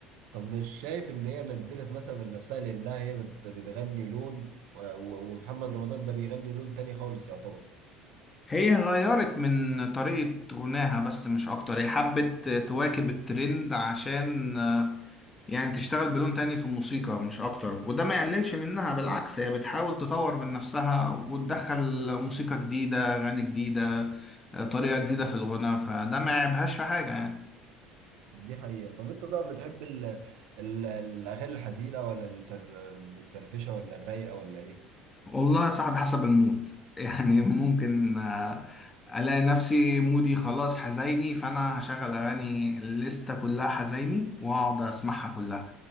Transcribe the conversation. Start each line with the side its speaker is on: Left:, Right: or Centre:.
Right: طب مش شايف ان هي نزلت مثلا من نفسها لانها هي بت- بتغني لون و- و- ومحمد رمضان ده بيغني لون تاني خالص يعتبر
Left: هي غيرت من طريقة غناها بس مش أكتر هي حبت تواكب الترند عشان يعني تشتغل بلون تاني في الموسيقى مش أكتر وده ما يقللش منها بالعكس هي بتحاول تطور من نفسها وتدخل موسيقى جديدة أغاني جديدة آه، طريقة جديدة في الغناء فده ما يعيبهاش في حاجة يعني
Right: دي حقيقة طب انت صعب بتحب ال ال الاغاني الحزينة ولا الفر- المتفرفشة ولا الرايقة ولا ايه
Left: والله يا صاحبي حسب المود <laughs> يعني ممكن آه، ألاقي نفسي مودي خلاص حزيني فأنا هشغل أغاني الليستة كلها حزيني وأقعد أسمعها كلها